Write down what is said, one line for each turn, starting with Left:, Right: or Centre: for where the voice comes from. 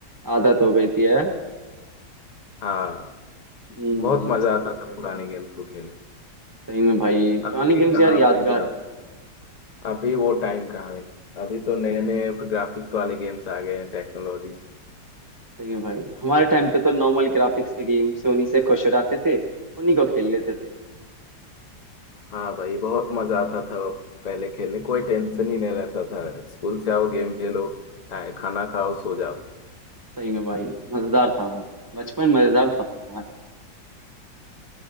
Right: आदत हो गई थी है
Left: हाँ
Right: हम्म
Left: बहुत मजा
Right: सही
Left: आता
Right: बात
Left: था
Right: है
Left: पुराने गेम्स को खेल कर
Right: सही में भाई
Left: अभी
Right: पुराने गेम्स
Left: कहाँ
Right: यार यादगार
Left: भाई
Right: हैं
Left: अभी अभी वो
Right: हाँ
Left: टाइम कहाँ है अभी तो नए
Right: सही
Left: नए ग्राफिक्स वाले गेम्स आ गए हैं टेक्नोलॉजी
Right: सही में भाई हमारे टाइम पे तो नॉर्मल ग्राफिक्स के गेम से उन्हीं से खुश हो जाते थे उन्हीं को खेल लेते थे
Left: हाँ भाई बहुत मजा आता था अब पहले खेलने कोई टेंशन ही नहीं रहता था स्कूल से आओ गेम खेलो टाइ- खाना खाओ सो जाओ
Right: सही में भाई मजेदार था वो बचपन मजेदार था अपना यार